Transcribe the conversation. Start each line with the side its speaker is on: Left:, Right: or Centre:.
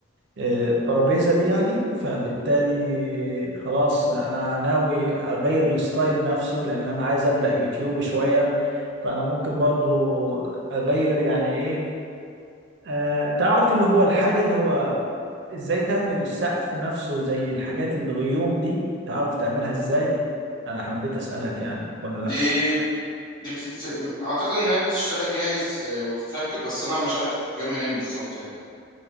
Right: آه، الترابيزة دي يعني فبالتالي خلاص أنا ناوي أغير الستايل نفسه لأن أنا عايز أبدأ يوتيوب شوية فأنا ممكن برضو أغير يعني إيه آه، تعرف اللي هو الحاجة اللي هو ازاي تعمل السقف نفسه زي الحاجات الغيوم دي تعرف تعملها ازاي انا حبيت اسألك يعني ولا لا
Left: دي دي بتت... اعتقد ان هي بتشتري جاهز آه، وتتركب بس انا مش عارف بتتجاب منين بالظبط يعني